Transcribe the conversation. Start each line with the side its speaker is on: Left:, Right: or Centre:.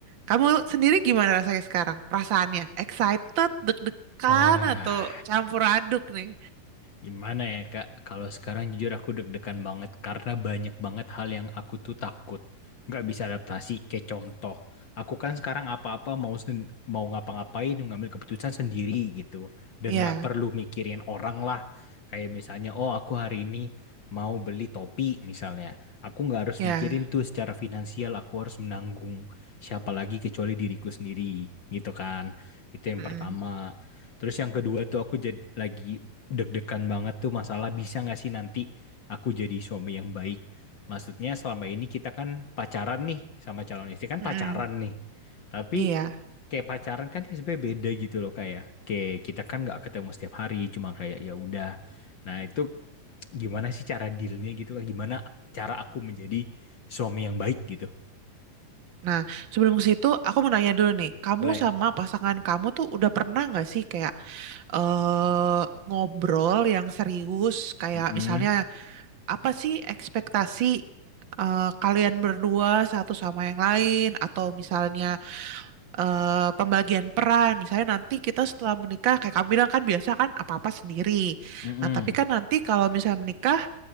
Right: Kamu sendiri gimana rasanya sekarang? Perasaannya excited, deg-degan
Left: Eh.
Right: atau campur aduk nih?
Left: Gimana ya Kak, kalau sekarang jujur aku deg-degan banget karena banyak banget hal yang aku tuh takut nggak bisa adaptasi. Kayak contoh, aku kan sekarang apa-apa mau sen- mau ngapa-ngapain ngambil keputusan sendiri gitu dan
Right: Iya,
Left: nggak perlu mikirin orang lah. Kayak misalnya, oh aku hari ini mau beli topi misalnya, aku nggak harus
Right: iya.
Left: mikirin tuh secara finansial aku harus menanggung siapa lagi kecuali diriku sendiri gitu kan. Itu yang
Right: Mm-mm,
Left: pertama. Terus yang kedua tuh aku jadi lagi deg-degan banget tuh masalah bisa nggak sih nanti aku jadi suami yang baik. Maksudnya selama ini kita kan pacaran nih sama calon istri kan
Right: mm-mm.
Left: pacaran nih. Tapi
Right: Iya.
Left: kayak pacaran kan sebenarnya beda gitu loh kayak kayak kita kan nggak ketemu setiap hari cuma kayak ya udah. Nah itu gimana sih cara dealnya gitu Gimana cara aku menjadi suami yang baik gitu?
Right: Nah, sebelum ke situ, aku mau nanya dulu nih, kamu
Left: Boleh?
Right: sama pasangan kamu tuh udah pernah nggak sih kayak eh ngobrol yang serius, kayak
Left: Mm-mm.
Right: misalnya apa sih ekspektasi eh, kalian berdua satu sama yang lain, atau misalnya eh, pembagian peran, misalnya nanti kita setelah menikah, kayak kamu bilang kan biasa kan apa-apa sendiri.
Left: Mm-mm.
Right: Nah, tapi kan nanti kalau misalnya menikah,